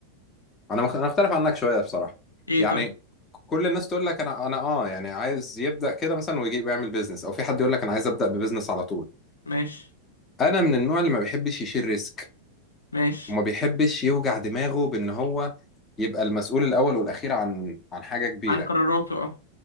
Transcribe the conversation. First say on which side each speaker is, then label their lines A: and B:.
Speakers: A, on the left; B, on the left.
A: أنا مخ- أنا أختلف عنك شوية بصراحة
B: ايه
A: يعني
B: طيب
A: كل الناس تقول لك أنا أنا آه يعني عايز يبدأ كده مثلا ويجي يعمل بيزنس أو في حد يقول لك أنا عايز أبدأ ببيزنس على طول
B: ماشي
A: أنا من النوع اللي ما بيحبش يشيل ريسك
B: ماشي
A: وما بيحبش يوجع دماغه بان هو يبقى المسؤول الاول والاخير عن عن حاجه كبيره
B: عن قراراته اه